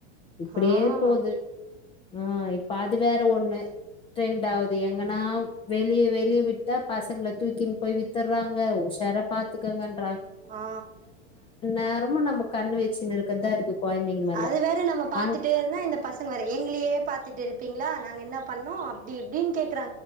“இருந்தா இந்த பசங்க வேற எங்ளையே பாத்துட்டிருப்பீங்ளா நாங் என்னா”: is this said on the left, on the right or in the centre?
Right